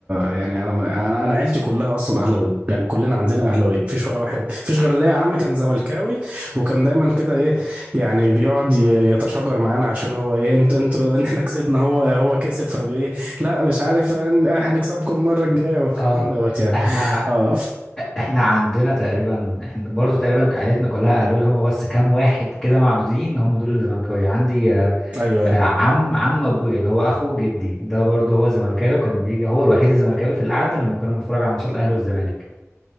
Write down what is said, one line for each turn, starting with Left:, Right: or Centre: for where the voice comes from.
Right: يعني انا ما انا أنا عيلتي كلها اصلا اهلاويه يعني كلنا عندنا اهلاويه مفيش ولا واحد مفيش غير ليا عم كان زملكاوي وكان دايما كده ايه يعني بيقعد ي- يتشاجر معانا عشان هو ايه انت انتوا احنا كسبنا هو هو كسب فايه لا مش عارف إن- احنا هنكسبكم المره الجايه والكلام
Left: اه
Right: دوت يعني
Left: احنا
Right: اه ف-
Left: احنا عندنا تقريبا احنا برضو تقريبا عائلتنا كلها اهلاويه هما بس كام واحد كده معدودين هم دول اللي زملكاويه عندي آه،
Right: ايوه
Left: آه، عم عم ابويا اللي هو اخو جدي ده برضو هو زملكاوي وكان بيجي هو الوحيد الزملكاوي في القعده لما كنا بنتفرج على ماتشات الاهلي والزمالك